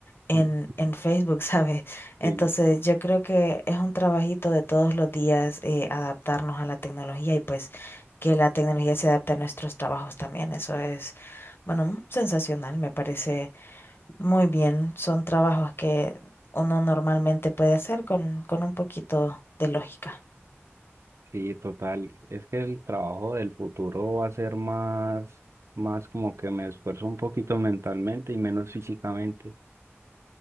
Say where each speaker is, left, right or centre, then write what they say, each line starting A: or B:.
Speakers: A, on the left (about 55°); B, on the right (about 75°).
A: en,
B: Mm.
A: en Facebook, <laughs> ¿sabes? Entonces
B: Sí.
A: yo creo que es un trabajito de todos los días eh, adaptarnos a la tecnología y pues que la tecnología se adapte a nuestros trabajos también. Eso es, bueno, sensacional, me parece muy bien. Son trabajos que uno normalmente puede hacer con, con un poquito de lógica.
B: Sí, total. Es que el trabajo del futuro va a ser más, más como que me esfuerzo un poquito mentalmente y menos físicamente.